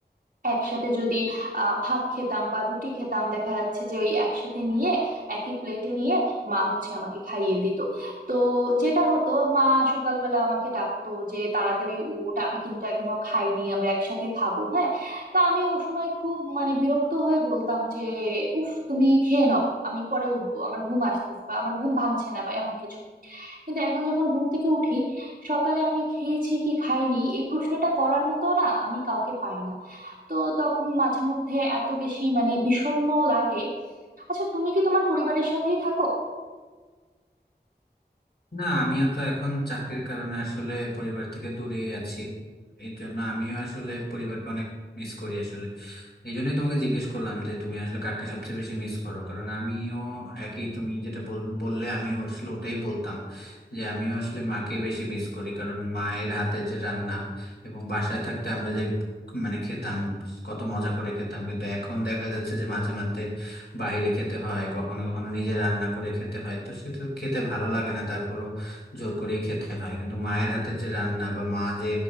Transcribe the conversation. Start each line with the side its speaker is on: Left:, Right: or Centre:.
Right: একসাথে যদি আহ ভাত খেতাম বা রুটি খেতাম দেখা যাচ্ছে যে ওই একসাথে নিয়ে একই প্লেটে নিয়ে মা হচ্ছে আমাকে খাইয়ে দিত তো যেটা হতো মা সকালবেলা আমাকে ডাকতো যে তাড়াতাড়ি উঠ আমি কিন্তু এখনো খাইনি আমরা একসাথে খাবো হ্যাঁ তো আমি ও সময় খুব মানে বিরক্ত হয়ে বলতাম যে উফ তুমি খেয়ে নাও আমি পরে উঠবো আমার ঘুম আসতেছে বা আমার ঘুম ভাঙছে না বা এমন কিছু কিন্তু এখন যখন ঘুম থেকে উঠি সকালে আমি খেয়েছি কি খাইনি এই প্রশ্নটা করার মতো না আমি কাউকে পাই না তো তখন মাঝে মধ্যে এত বেশি মানে বিষণ্ণ লাগে আচ্ছা তুমি কি তোমার পরিবারের সাথেই থাকো
Left: না আমিও তো এখন চাকরির কারণে আসলে পরিবার থেকে দূরেই আছি এই জন্য আমিও আসলে পরিবারকে অনেক মিস করি আসলে এই জন্যই তোমাকে জিজ্ঞেস করলাম যে তুমি আসলে কাকে সবচেয়ে বেশি মিস করো কারণ আমিও একই তুমি যেটা বল- বললে আমিও আসলে ওটাই বলতাম যে আমিও আসলে মাকে বেশি মিস করি কারণ মায়ের হাতে যে রান্না এবং বাসায় থাকতে আমরা যে মানে খেতাম কত মজা করে খেতাম কিন্তু এখন দেখা যাচ্ছে যে মাঝে মধ্যে বাইরে খেতে হয় কখনো কখনো নিজে রান্না করে খেতে হয় তো সেটা খেতে ভালো লাগে না তারপরও জোর করেই খেতে হয় কিন্তু মায়ের হাতের যে রান্না বা মা যে